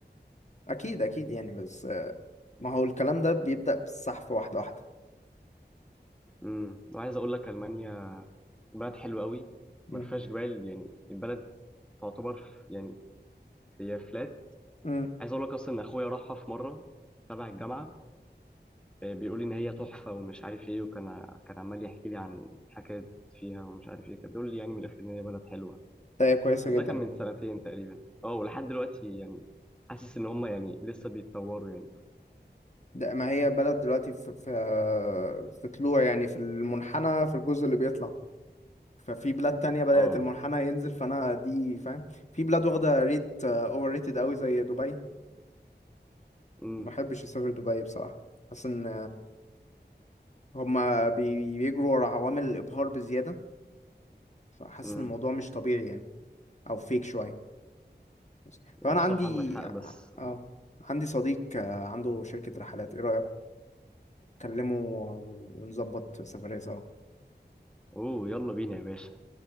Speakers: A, on the left; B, in the centre.
A: اكيد اكيد يعني بس آه، ما هو الكلام ده بيبدأ بالسحف واحدة واحدة
B: امم وعايز أقول لك ألمانيا بلد حلوة أوي
A: مم.
B: ما فيهاش جبال يعني البلد تعتبر ف- يعني هي فلات
A: مم.
B: عايز أقول لك أصلا إن أخويا راحها في مرة تبع الجامعة آه، بيقول لي إن هي تحفة ومش عارف إيه وكان كان عمال يحكي لي عن حكايات فيها ومش عارف إيه كان بيقول لي يعني من الآخر إن هي بلد حلوة
A: ده هي كويسة
B: بس
A: جدا
B: ده كان من سنتين تقريبا اه ولحد دلوقتي يعني حاسس ان هم يعني لسه بيتطوروا يعني
A: ده ما هي بلد دلوقتي في في في طلوع يعني في المنحنى في الجزء اللي بيطلع ففي بلاد تانية بدأت
B: اه
A: المنحنى ينزل فأنا دي فاهم في بلاد واخدة ريت اوفر ريتد قوي زي دبي
B: امم
A: ما بحبش أسافر دبي بصراحة حاسس ان هما بي- بيجروا ورا عوامل الإبهار بزيادة فحاسس
B: امم
A: إن الموضوع مش طبيعي يعني أو فيك شوية بس.
B: يعني
A: فأنا
B: بصراحة
A: عندي
B: عندك حق بس آه.
A: اه عندي صديق آه، عنده شركة رحلات إيه رأيك؟ كلمه ونظبط سفرية سوا
B: اوه يلا بينا يا باشا